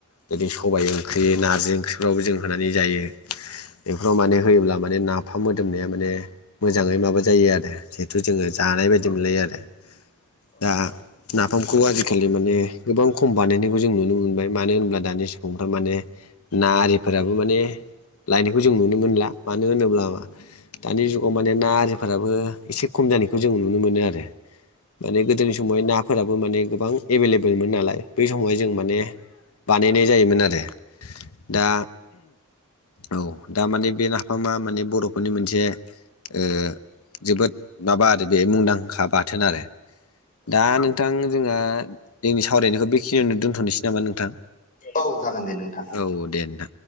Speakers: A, on the left (about 80°); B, on the left (about 40°).
A: जदि सबाइ ओंख्रि नारजि ओंख्रिफ्रावबो जों होनानै जायो। बेफोराव माने होयोब्ला माने नाफाम मोदोमनाया माने मोजाङै माबा जायो आरो जिहेथु जोङो जानाय बायदि मोनलायो आरो दा नाफामखौ आजिखालि माने गोबां खम बानायनायखौ जों नुनो मोनबाय मानो होनब्ला दानि सुबुंफ्रा माने ना आरिफोराबो माने लायनायखौ जों नुनो मोनला मानो होनोब्ला दानि जुगाव माने ना आरिफोराबो एसे खम जानायखौ जों नुनो मोनो आरो। माने गोदोनि समावहाय नाफोराबो माने गोबां एभेलेबेलमोन नालाय बै समावहाय जों माने बानायनाय जायोमोन आरो दा औ दामाने बे नाफामा माने बर'फोरनि मोनसे ओ जोबोद माबा आरो बे मुंदांखा बाथोन आरो दा नोंथां जोंहा जोंनि सावरायनायखौ बेखिनियावनो दोनथ'नोसै नामा नोंथां?
B: औ जागोन दे नोंथां
A: औ दे नोंथां